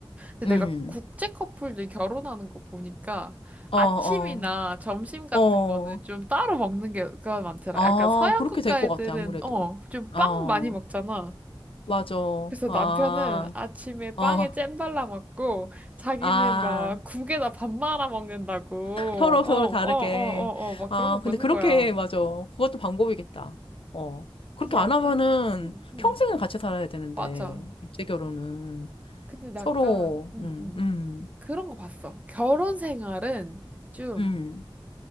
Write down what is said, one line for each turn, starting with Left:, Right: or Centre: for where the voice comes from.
Right: 근데
Left: 음.
Right: 내가 국제 커플들 결혼하는 거 보니까 아침이나
Left: 어, 어.
Right: 점심 같은
Left: 어.
Right: 거는 좀 따로 먹는 게가 많더라.
Left: 아,
Right: 약간 서양
Left: 그렇게
Right: 국가
Left: 될 것
Right: 애들은,
Left: 같아 아무래도.
Right: 어, 좀
Left: 어.
Right: 빵 많이 먹잖아.
Left: 맞아.
Right: 그래서
Left: 아.
Right: 남편은 아침에
Left: 어.
Right: 빵에 잼 발라 먹고 자기는
Left: 아.
Right: 막 국에다 밥 말아 먹는다고.
Left: 서로
Right: 어,
Left: 서로
Right: 어,
Left: 다르게.
Right: 어, 어, 어, 막
Left: 아,
Right: 그런 거 보는
Left: 근데 그렇게
Right: 거야.
Left: 맞아. 그것도 방법이겠다. 어. 그렇게
Right: 이게 약간,
Left: 안 하면은
Right: 응, 응,
Left: 평생을 같이 살아야 되는데
Right: 맞아.
Left: 국제 결혼은
Right: 근데
Left: 서로,
Right: 약간, 응,
Left: 음,
Right: 응.
Left: 음,
Right: 그런 거 봤어. 결혼 생활은 좀
Left: 음,